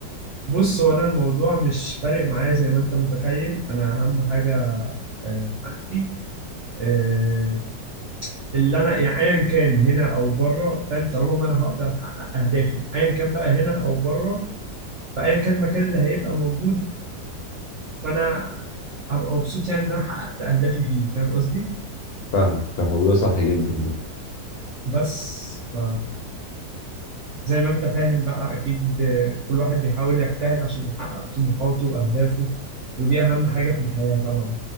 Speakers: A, on the right; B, on the left.
A: بص هو انا الموضوع مش فارق معايا زي ما انت متخيل انا اهم حاجة آه، عندي آه، اللي انا يعني ايا كان هنا او بره فاهم طالما ما انا هقدر احقق اهدافي ايا كان بقى هنا او بره فايا كان المكان اللي هيبقى موجود فانا هبقى مبسوط يعني ان انا حققت اهدافي فيه فاهم قصدي؟
B: فاهمك فاهمك وده صح جدا برضه
A: بس ف زي ما انت فاهم بقى اكيد كل واحد بيحاول يجتهد عشان يحقق طموحاته واهدافه ودي اهم حاجة في الحياة طبعا